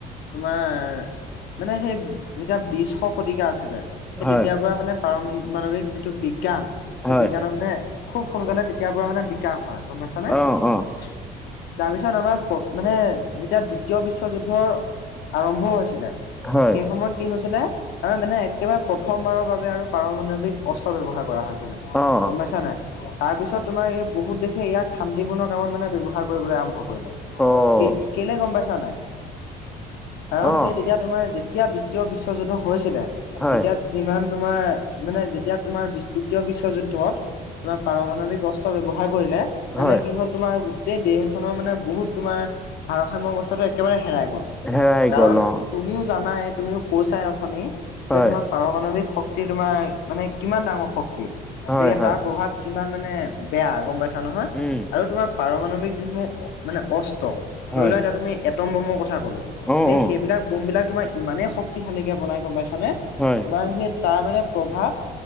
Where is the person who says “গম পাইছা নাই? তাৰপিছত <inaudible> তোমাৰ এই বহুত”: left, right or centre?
Left